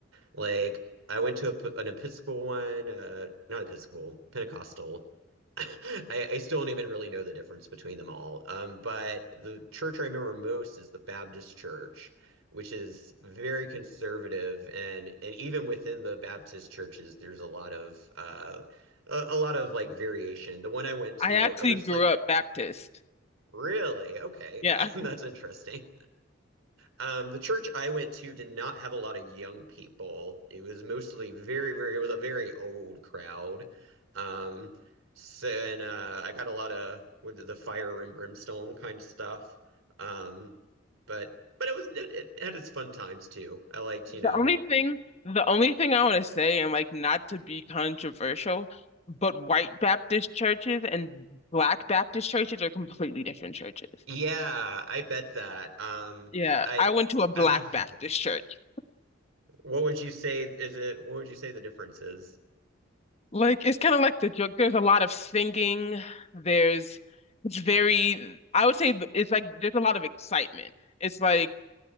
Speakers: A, on the right; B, on the left.
A: like I went to a, an Episcopal one, uh, not Episcopal, Pentecostal. <laughs> I, I still don't even really know the difference between them all. Um, but the church I remember most is the Baptist church, which is very conservative, and and even within the Baptist churches, there's a lot of uh, a, a lot of like variation. The one I went to,
B: I actually
A: I was
B: grew
A: like,
B: up Baptist.
A: really? Okay,
B: Yeah.
A: <laughs> that's interesting. Um, the church I went to did not have a lot of young people. It was mostly very, very, it was a very old crowd. Um, so, and uh, I got a lot of with the fire and brimstone kind of stuff. Um, but but it was it, it had its fun times too. I liked, you know.
B: The only thing, the only thing I want to say, and like not to be controversial, but white Baptist churches and black Baptist churches are completely different churches.
A: Yeah, I bet that. Um,
B: Yeah,
A: I,
B: I went to a black
A: I have,
B: Baptist church.
A: <laughs> what would you say is it? What would you say the difference is?
B: Like it's kind of like the joke. There's a lot of singing. There's it's very, I would say th- it's like there's a lot of excitement. It's like